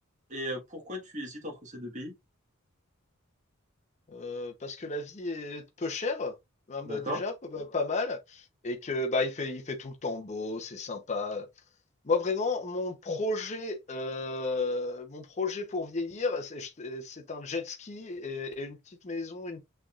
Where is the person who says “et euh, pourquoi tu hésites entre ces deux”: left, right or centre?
Right